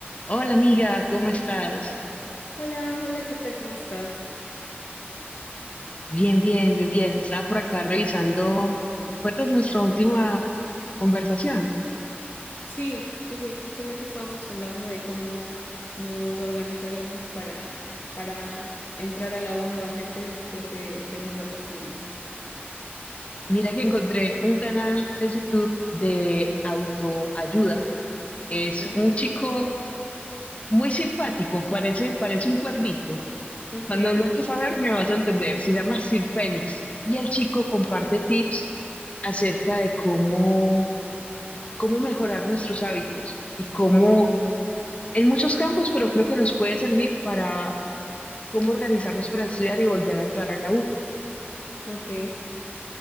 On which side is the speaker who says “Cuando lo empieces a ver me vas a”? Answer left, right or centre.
Left